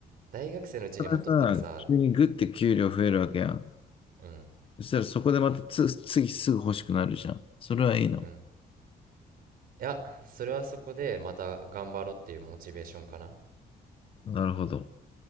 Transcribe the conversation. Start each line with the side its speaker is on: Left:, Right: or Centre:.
Right: 大学生のうちに持っとったらさ
Left: たださ、急にグッて給料増えるわけやん。
Right: うん
Left: そしたらそこでまたつ、次すぐ欲しくなるじゃん。それはいいの。
Right: うんいやそれはそこでまた頑張ろうっていうモチベーションかな
Left: なるほど。